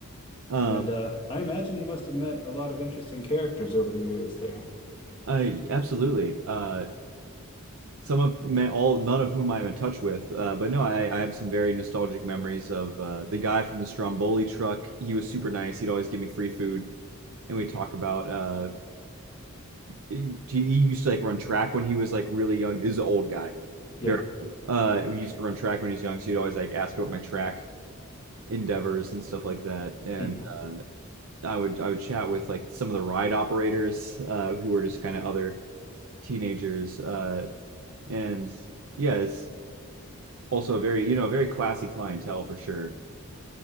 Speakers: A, on the right; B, on the left.
A: Um,
B: And uh, I imagine you must have met a lot of interesting characters over the years there.
A: I absolutely. Uh, some of ma- all, none of whom I'm in touch with, uh, but no, I, I have some very nostalgic memories of uh, the guy from the Stromboli truck. He was super nice. He'd always give me free food, and we talk about uh, he, he used to like run track when he was like really young. This is an old guy,
B: Yeah.
A: very old. Uh, we used to run track when he was young, so he'd always like ask about my track endeavors and stuff like that. And
B: <laughs>
A: uh, I would I would chat with like some of the ride operators uh, who were just kind of other teenagers. Uh, and yeah, it's also a very you know very classy clientele for sure